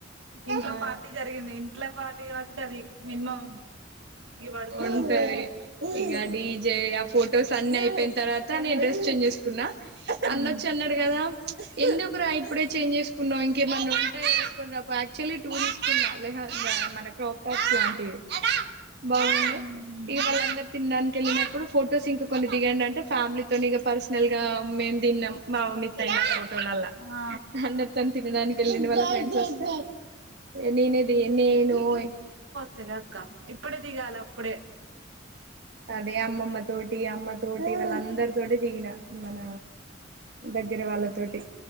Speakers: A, on the right; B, on the right.
A: ఇంట్లో
B: ఆ
A: పార్టీ జరిగింది. ఇంట్లో పార్టీ కాబట్టి అది మినిమం పడుకోవడం.
B: ఉంటది ఇంగ డీజే ఆ ఫోటో స్ అన్ని అయిపోయిన తర్వా నేను డ్రెస్ చేంజ్ చేసుకున్నా
A: హ్మ్.
B: అన్నొచ్చి అన్నాడు గదా ఎందు కురా ఇప్పుడే చేంజ్ చేసుకున్నావ్ ఇంకేమన్నా ఉంటే ఏసుకునిరాపో యాక్చుల్లీ టూ తీసుకున్నా లెహంగా మన క్రాప్ టాప్ లాంటివి బాండే
A: హ్మ్.
B: ఇగ వాళ్ళ తిండానికి వెళ్ళినప్పుడు ఫొటోస్ ఇంకా కొన్ని దిగండి అంటే ఫ్యామిలీతోని పర్సనల్ గా మేము దిన్నాం బావ మిస్ అయ్యుండు ఆ ఫోటోలల్లా
A: ఆ!
B: అందరితో ని తిట్టడా ఎల్లిండు వాళ్ళ ఫ్రెండ్స్ వొస్తే ఎ నేనేది నేనోయ్
A: జగ కా ఇప్పుడే దిగాలి అప్పుడే
B: అదే అమ్మమ్మ తోటి అమ్మ తోటి వాళ్ళ అందరితోటి దిగిన మన దగ్గర వాళ్ళతోటి